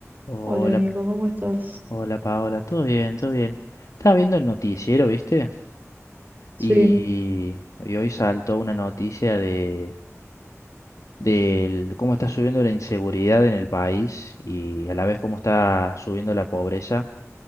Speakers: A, on the left (about 80°); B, on the right (about 35°).
A: Hola,
B: Hola Nico, ¿cómo estás?
A: hola Paola, todo bien, todo bien. Estaba viendo el noticiero, ¿viste?
B: Sí,
A: Y, y hoy saltó una noticia de, del cómo está subiendo la inseguridad en el país y a la vez cómo está subiendo la pobreza.